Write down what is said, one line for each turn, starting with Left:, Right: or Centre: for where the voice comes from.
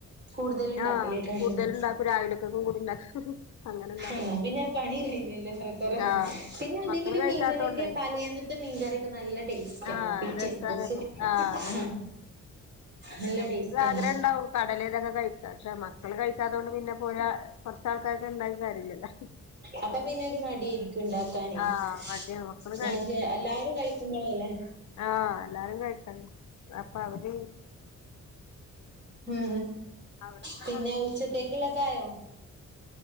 Right: കൂടുതല ഉണ്ടാക്കലേക്ക
Left: ആഹ്
Right: എന്നന്നെ
Left: കൂടുതലുണ്ടാക്കും രാവിലക്കക്കും കൂടി ഉണ്ടാക്കും അങ്ങനെ ഉണ്ടാക്കും
Right: എന്നാ പിന്നെ പണിറിയില്ലല്ലേ കൊറെ
Left: ആഹ്
Right: പിന്നെ അല്ലെങ്കിലും
Left: മക്കള് കഴിക്കാത്തോണ്ടേ
Right: മീൻകറിയൊക്കെ തലേന്നത്തെ മീൻകറിയൊക്കെ നല്ല ടേസ്റ്റ്
Left: ആഹ
Right: ആണ് പിറ്റേന്ന്
Left: രസന
Right: ദിവസം
Left: ആഹ് അതല്ലേ
Right: ഉം നല്ല
Left: നമുക്ക്
Right: ടേസ്റ്റ്
Left: ആഗ്രഹ
Right: ആണ്
Left: ഉണ്ടാവും കടലേതൊക്കെ കഴിക്ക പക്ഷെ മക്കൾ കഴിക്കാതുകണ്ട് പിന്നെ പോയാ കുറച്ച ആൾക്കാക്ക ഉണ്ടാക്ക കാര്യില്ലല്ലോ
Right: അപ്പൊ പിന്നെ ഒരു മടിയായിരിക്കുണ്ട ന <unintelligible>
Left: ആഹ് മടിയാണ് മക്കള്
Right: എല്ലാരും കഴിക്കുമ്പോള അല്ലേ
Left: ആഹ എല്ലാരും കഴിക്കല്ല അപ്പൊ അവര്
Right: ഉ
Left: അവിടെന്താ
Right: പിന്നെ
Left: കറി
Right: ഉച്ചത്തേക്കുള്ളക്കയോ